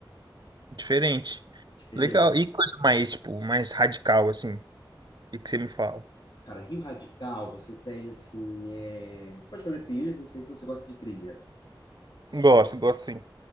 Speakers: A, on the right; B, on the left.
A: diferente.
B: diferente.
A: Legal, e coisa mais, tipo, mais radical, assim, o que você me fala?
B: Cara, Rio Radical, você tem, assim, é... você pode fazer trilhas, não sei se você gosta de trilha.
A: Gosto, gosto sim.